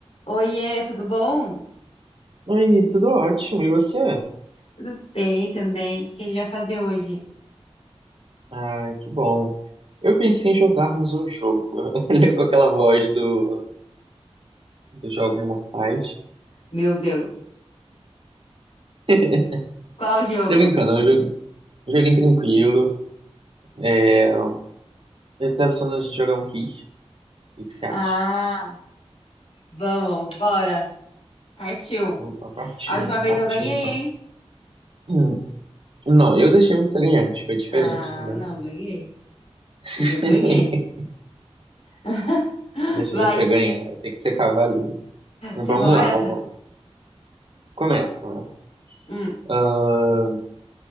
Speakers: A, on the left (about 65°); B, on the right (about 55°).
A: Oiê, tudo bom?
B: Aí, tudo ótimo. E você?
A: Tudo bem também. O que a gente vai fazer hoje?
B: Ai, que bom. Eu pensei em jogarmos um jogo. <laughs> Ele com aquela voz do, dos Jogos Mortais.
A: Meu Deus,
B: <laughs>
A: qual jogo?
B: Tô brincando, eu joguei, joguinho tranquilo. É, eu tava pensando de jogar um Kiss. O que que você acha?
A: Ah, vamos, bora. Partiu.
B: Opa, partiu.
A: A última vez
B: Partiu
A: eu ganhei,
B: então.
A: hein?
B: Hum, Não, eu deixei você ganhar, foi diferente,
A: Ah,
B: né?
A: não, ganhei.
B: <laughs>
A: E eu ganhei. <laughs>
B: Deixei
A: Vai,
B: você ganhar, tem que ser cavaleiro. Vamos
A: você começa?
B: lá, vamos lá. Começa, começa.
A: Hum,
B: Ah,